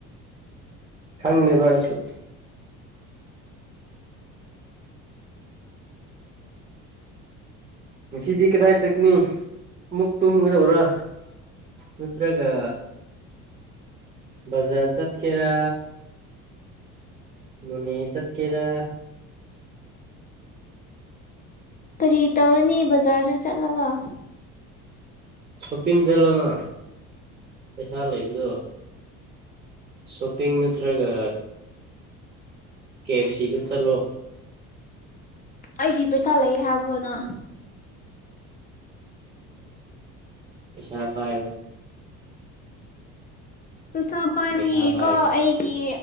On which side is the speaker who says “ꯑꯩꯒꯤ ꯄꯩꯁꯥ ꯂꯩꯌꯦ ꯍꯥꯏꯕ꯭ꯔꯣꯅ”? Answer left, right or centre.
Left